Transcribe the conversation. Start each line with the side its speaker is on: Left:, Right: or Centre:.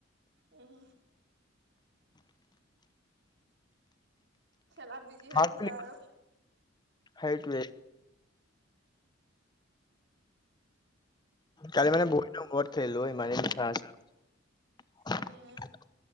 Right: উম। খেলাত বিজি হৈ
Left: মাত
Right: আছিলে
Left: বুলি
Right: আৰু
Left: সেইটোৱে কালি মানে বহুত দিনৰ মূৰত খেলিলো অ ইমানদিনে খেলা নাছিলো।
Right: উম